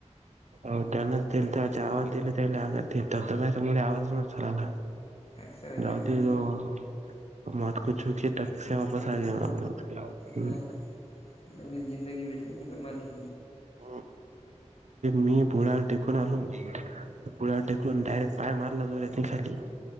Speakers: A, on the right; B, on the left.
A: हो त्यांनाच दि त्या आवाज दिले त्याला ते धबधबा मूळ आवाज नसल आला. <inaudible>
B: असं असं
A: <inaudible>
B: हा नवीन जिंदगी भेटली मगं <inaudible>
A: <inaudible> मी भुळ्यावर टेकून आलो भुळ्यावर टेकलून डायरेक्ट पाय मारला जोरेत नाही खाली.